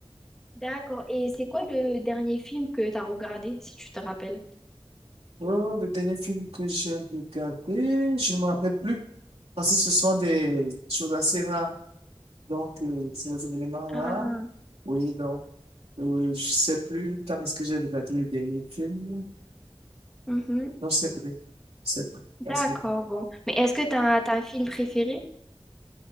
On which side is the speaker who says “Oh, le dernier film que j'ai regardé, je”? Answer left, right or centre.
Right